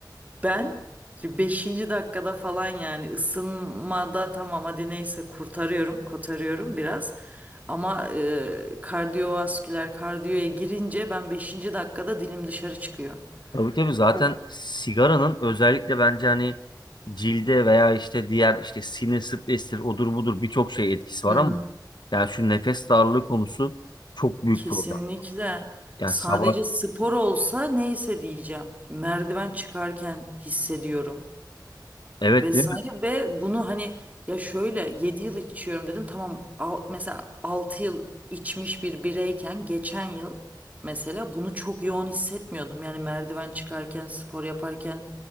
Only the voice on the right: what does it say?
Ben şimdi beşinci dakikada falan yani ısınmada tamam hadi neyse kurtarıyorum, kotarıyorum biraz. Ama e, kardiyovasküler kardiyoya girince ben beşinci dakikada dilim dışarı çıkıyor.
O-
Hı hı.
Kesinlikle.
Sadece
spor olsa neyse diyeceğim. Merdiven çıkarken hissediyorum.
vesaire
ve bunu hani ya şöyle 7 yıl içiyorum dedim tamam al, mesela 6 yıl içmiş bir bireyken geçen yıl mesela bunu çok yoğun hissetmiyordum yani merdiven çıkarken spor yaparken